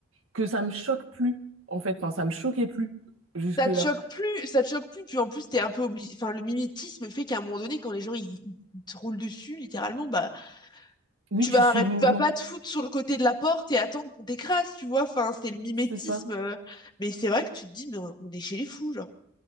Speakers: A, on the right; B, on the left.
A: que ça me choque plus, en fait. Enfin, ça me choquait plus jusque-là.
B: Ça te choque plus, ça te choque plus, puis en plus, t'es un peu obligé. Enfin, le mimétisme fait qu'à un moment donné, quand les gens ils, ils te roulent dessus, littéralement, bah,
A: Oui,
B: tu
A: tu
B: vas
A: suis
B: arrêter,
A: le mouvement,
B: tu vas pas te foutre sur le côté de la porte et attendre qu'on t'écrase, tu vois. Enfin, c'est le mimétisme.
A: c'est ça.
B: euh. Mais c'est vrai que tu te dis, mais on on est chez les fous, genre.